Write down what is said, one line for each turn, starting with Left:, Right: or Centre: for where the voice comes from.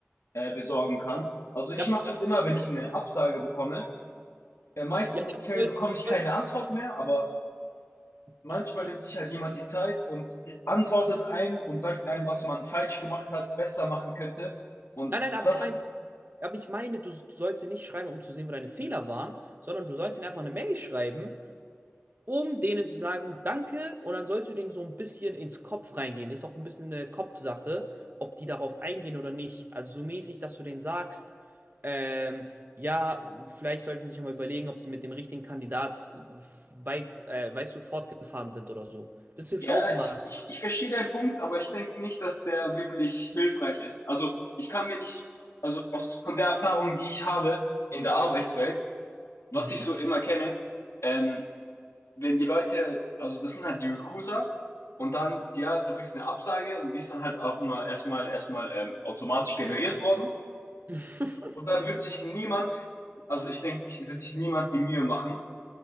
Left: äh, besorgen kann. Also ich
Right: Ja, aber,
Left: mache das immer, wenn ich eine Absage bekomme. In meisten
Right: ja, du
Left: Fällen
Right: sollst,
Left: bekomme
Right: du,
Left: ich keine
Right: sollst-
Left: Antwort mehr, aber manchmal
Right: du, du,
Left: nimmt sich halt jemand die Zeit und antwortet ein und sagt einem, was man falsch gemacht hat, besser machen könnte. Und
Right: nein, nein, aber
Left: Ja,
Right: ich
Left: das,
Right: meine, aber ich meine, du, du sollst ja nicht schreiben, um zu sehen, wo deine Fehler waren, sondern du sollst ihnen einfach eine Mail schreiben um denen zu sagen, danke, und dann sollst du denen so ein bisschen ins Kopf reingehen. Ist auch ein bisschen eine Kopfsache, ob die darauf eingehen oder nicht. Also so mäßig, dass du denen sagst, ähm, ja, vielleicht sollten sie sich auch mal überlegen, ob sie mit dem richtigen Kandidat äh, weit, äh, weißt du, fortgefahren sind oder so. Das hilft
Left: Ja,
Right: auch immer.
Left: ich, ich, ich verstehe deinen Punkt, aber ich denke nicht, dass der wirklich hilfreich ist. Also ich kann mir nicht, also aus, von der Erfahrung, die ich habe in der Arbeitswelt, was
Right: Mhm.
Left: ich so immer kenne, ähm, wenn die Leute, also das sind halt die Recruiter und dann, ja, du kriegst eine Absage und die ist dann halt auch mal erstmal erstmal ähm, automatisch generiert worden
Right: <laughs>
Left: und dann wird sich niemand, also ich denke, nicht, wird sich niemand die Mühe machen,